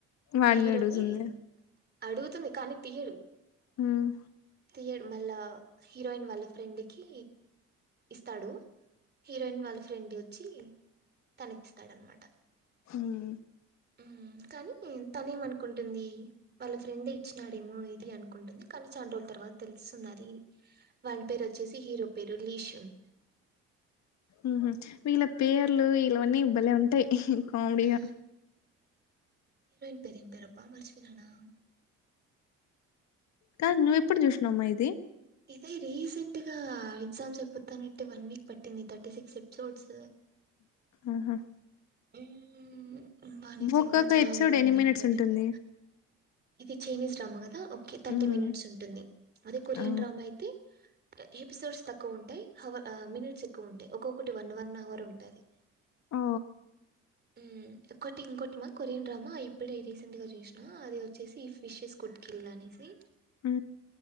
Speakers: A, on the left (about 65°); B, on the right (about 35°).
A: వాడ
B: హీరోని
A: నడు గుతుంది
B: అడుగుతుంది కానీ తీయడు
A: ఉమ్
B: తీయడు మళ్ళ హీరోయిన్ వాళ్ళ ఫ్రెండ్ కి ఇస్తాడు హీరోయిన్ వాళ్ళ ఫ్రెండ్ వచ్చి తనకి ఇస్తారన్నమాట
A: ఉమ్
B: ఉమ్ కానీ తనే ఏమనుకుంటుంది వాళ్ళ ఫ్రెండే ఇచ్చినాడేమో ఇది అనుకు ఉంటుంది కానీ చాలా రోజుల తర్వాత తె స్తున్నది వానీ పేరు వచ్చేసి హీరో పేరు లీషన్
A: ఉహు వీళ్ళ పేర్లు వీలవన్నీ బలే ఉంటాయి కామెడీగా
B: ఆ హీరోయిన్ పేరు ఏం పేరుఅబ్బా మర్చి పోయినా నా
A: కాదు నువ్వు ఎప్పుడు చూసినవమ్మా ఇది
B: ఇదే రీసెంట్ గా ఎగ్జామ్ అయిపోతానట్టే వన్ వీక్ పట్టింది థర్టీ సిక్స్ ఎపిసోడ్స్
A: ఆహా
B: ఊ నిజంగా
A: ఒక్కొక్క
B: చాలా
A: ఎపిసోడ్ ఎన్ని
B: మంత్స్
A: మినిట్స్
B: అయిపోయింది
A: ఉంటుంది
B: ఇది చైనీస్ డ్రామా కదా ఓకే థర్టీ
A: ఉమ్
B: మినిట్స్ ఉంటుంది అదే కొరియన్
A: ఆ
B: డ్రామా అయితే ఎపిసోడ్స్ తక్కువ ఉంటాయి హావ మినిట్స్ ఎక్కువ ఉంటాయి ఒక్కొక్కటి వన్ వన్ అవర్ ఉంటుంది
A: ఓ
B: ఉ ఒకటి ఇంకోటి మా కొరియన్ డ్రామా ఇప్పుడే రీసెంట్ గా చూసినా అది వచ్చేసి ఫిషెస్ కుడ్కిల్ అనేసి
A: ఉ